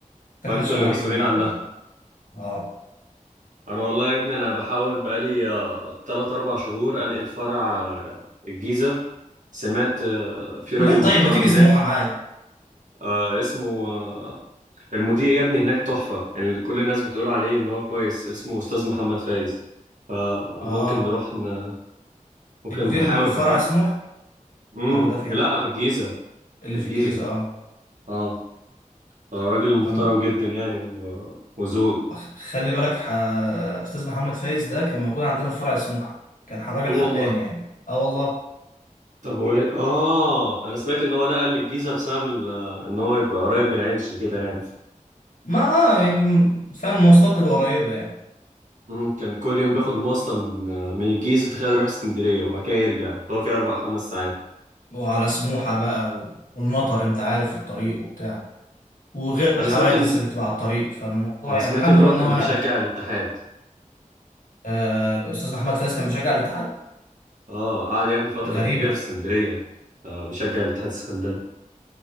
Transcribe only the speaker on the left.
فاحنا
شغالين
في الموضوع
ده اه
ليه
طيب ما تيجي
سموحه معايا
اه
المدير
اللي في
فرع سموحه
ولا ده فين
اللي
في الجيزه اه
طب
أخ- خلي بالك ح... استاذ محمد فايز ده كان موجود عندنا في فرع سموحه كان ح- راجل
حقاني
يعني اه والله
ما آه، يعني فاهم المواصلات تبقى قريبة يعني
وعلى سموحة بقى و- والمطر انت عارف في الطريق وبتاع وغير
الحوادث
اللي بتبقى على الطريق فالموضوع
يعني الحمد
لله
ان
هو
نقل
آه، استاذ محمد فايز كان بيشجع الاتحاد
غريبة